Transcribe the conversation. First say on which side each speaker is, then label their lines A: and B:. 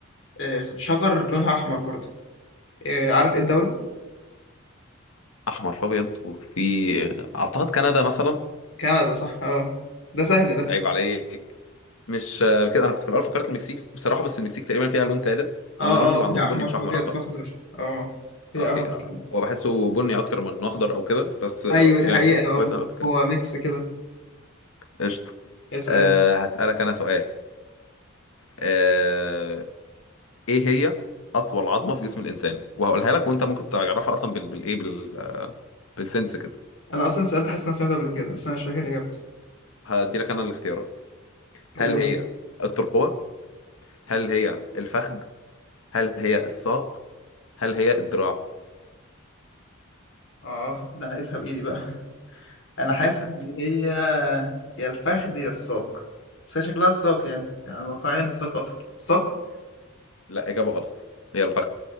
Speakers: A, on the left; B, on the left.
A: آه، شجر لونها احمر برضه أه عارف ايه الدوله
B: احمر في ابيض وفي اعتقد كندا مثلا
A: كندا صح اه ده سهل ده
B: عيب عليك مش آه، كده انا كنت في الاول فكرت المكسيك بصراحه بس المكسيك تقريبا فيها لون ثالث
A: اه
B: واللون اللي
A: اه فيها
B: عندهم
A: احمر
B: بني مش
A: في
B: احمر
A: ابيض
B: اعتقد
A: في اخضر اه فيها
B: اوكي
A: اخضر
B: اه
A: كمان
B: هو بحسه بني اكتر من إنه اخضر او كده بس آه،
A: ايوه دي
B: يعني
A: حقيقه اه
B: كويس انا قلت كده
A: هو ميكس كده
B: قشطه
A: اسأل
B: أه
A: انت
B: هسألك انا سؤال أه ايه هي اطول عظمه في جسم الانسان وهقولها لك وانت ممكن تعرفها اصلا بال بالايه بال بالسنس كده
A: انا اصلا سألت حاسس إن انا سمعته قبل كده بس انا مش فاكر اجابته
B: هدي لك انا الاختيارات هل
A: اول
B: هي
A: مرة
B: الترقوه هل هي الفخذ هل هي الساق هل هي الدراع
A: اه ده انا قايسها بايدي بقى <laughs> انا
B: <laughs>
A: حاسس ان هي يا الفخذ يا الساق بس هي شكلها الساق يعني يعني واقعيا الساق اطول الساق
B: لا اجابه غلط هي الفخذ